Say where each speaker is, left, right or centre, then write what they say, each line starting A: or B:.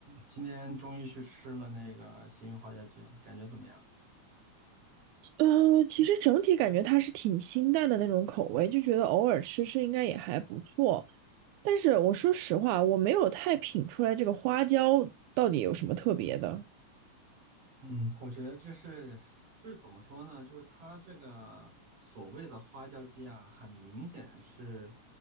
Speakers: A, on the right; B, on the right.
A: 今天终于去吃了那个新运花椒鸡了，感觉怎么样？
B: 嗯，其实整体感觉它是挺清淡的那种口味，就觉得偶尔吃吃应该也还不错。但是我说实话，我没有太品出来这个花椒到底有什么特别的。
A: 嗯，我觉得这是就是怎么说呢？就是它这个所谓的花椒鸡啊，很明显是